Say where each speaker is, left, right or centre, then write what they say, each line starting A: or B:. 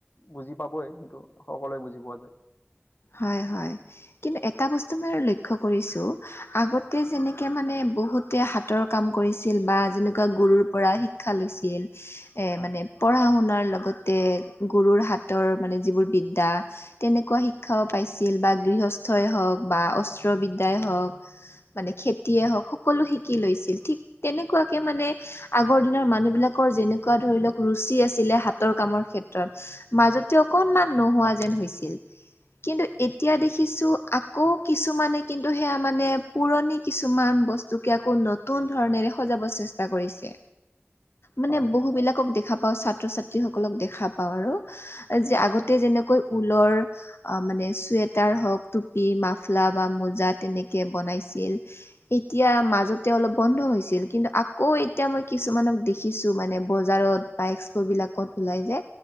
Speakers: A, on the left; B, on the left.
A: বুজি পাবই সেইটো সকলোৱে বুজি পোৱা যায়।
B: হয় হয় কিন্তু এটা ব স্তু বাৰু লক্ষ্য কৰিছো, আগতে যেনেকে মানে বহুতে হাতৰ কাম কৰিছিল বা যেনেকোৱা গুৰুৰ পৰা শিক্ষা লৈছিল এ
A: হয়
B: মানে, পঢ়া-শুনাৰ লগতে গুৰুৰ হাতৰ মানে যিবোৰ বিদ্যা তেনেকোৱা শি ক্ষাও পাইছিল বা গৃহস্থই হওক বা অস্ত্ৰবিদ্যাই হওক মানে খেতিয়ে হওক সকলো শিকি লৈছিল ঠিক তেনেকোৱাকে মানে আগৰ দিনৰ মানুহ বিলাকৰ যেনেকোৱা ধৰি লওক ৰুচি আছিলে, হাতৰ কামৰ ক্ষে মাজতে অকনমান নোহোৱা যেন হৈছিল। কিন্তু এতিয়া দেখিছো আকৌ কিছুমানে কিন্তু সেয়া মানে পুৰণি কিছুমান বস্তুকে আকৌ নতুন ধৰণেৰে সজাব চেষ্টা কৰিছে। মানে
A: হয়
B: বহু বিলাকক দেখা পাও ছাত্ৰ-ছাত ত্ৰী সকলক দেখা পাওঁ আৰু যে আগতে যেনেকৈ ঊলৰ অ মানে চুৱেটাৰ হওক, টুপি, মাফলা বা মোজা তেনেকে বনাইছিল এতিয়া মাজতে অলপ বন্ধ হৈছিল, কিন্তু আকৌ এতিয়া মই কিছুমানক দেখিছো মানে বজাৰত বা এক্সপ' বিলাকত ওলাই যে,